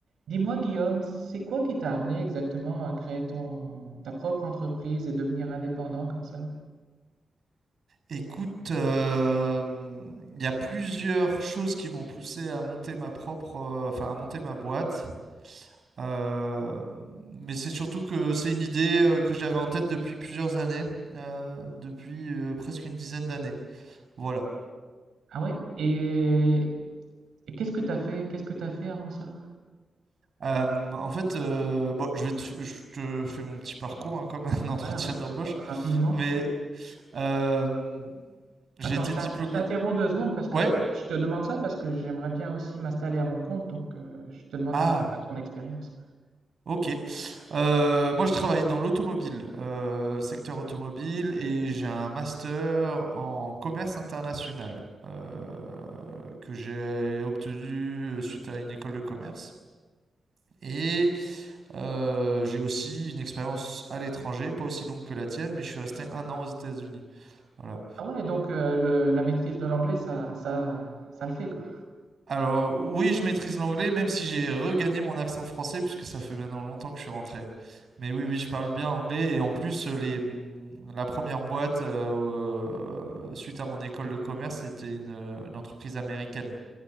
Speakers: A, on the right; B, on the right.
A: Dis-moi, Guillaume, c'est quoi qui t'a amené exactement à créer ton, ta propre entreprise et devenir indépendant comme ça?
B: Écoute, euh, il y a plusieurs choses qui m'ont poussé à monter ma propre, euh, enfin à monter ma boîte. Euh, mais c'est surtout que c'est une idée euh, que j'avais en tête depuis plusieurs années, euh, depuis euh, presque une dizaine d'années. Voilà.
A: Ah ouais? Et, et qu'est-ce que t'as fait, qu'est-ce que t'as fait avant ça?
B: Euh, en fait, euh, bon, je vais te, je te fais mon petit parcours hein, comme un <laughs> entretien
A: Ouais, ra-
B: d'embauche,
A: ra- rapidement.
B: mais euh, j'ai
A: Attends,
B: été
A: je t'in-
B: diplômé.
A: je t'interromps deux secondes parce que,
B: Ouais?
A: en fait, je te demande ça parce que j'aimerais bien aussi m'installer à mon compte, donc euh, je te demande
B: Ah.
A: un petit peu ton expérience.
B: Ok. Euh, moi, je travaille dans l'automobile, euh, secteur automobile, et j'ai un master en commerce international euh, que j'ai obtenu euh, suite à une école de commerce. Et euh, j'ai aussi une expérience à l'étranger, pas aussi longue que la tienne, mais je suis resté un an aux États-Unis. Voilà.
A: Ah ouais, donc euh, le- la maîtrise de l'anglais, ça, ça, ça le fait quoi.
B: Alors, oui, je maîtrise l'anglais, même si j'ai regagné mon accent français, puisque ça fait maintenant longtemps que je suis rentré. Mais oui, oui, je parle bien anglais. Et en plus, euh, les, hum, la première boîte, euh, euh, suite à mon école de commerce, c'était une, euh, une entreprise américaine.